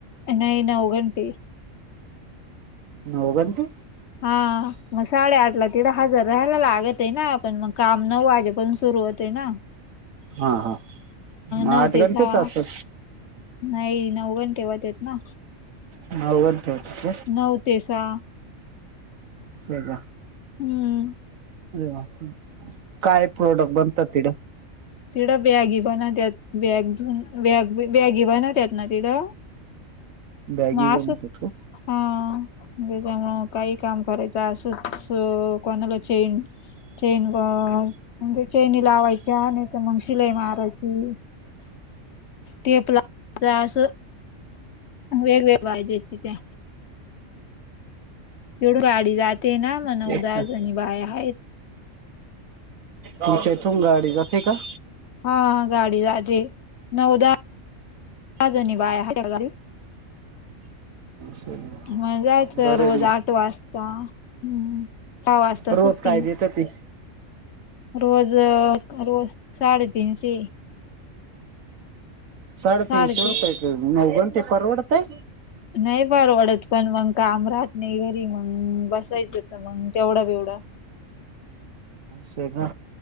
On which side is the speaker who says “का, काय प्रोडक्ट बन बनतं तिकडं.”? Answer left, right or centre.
Right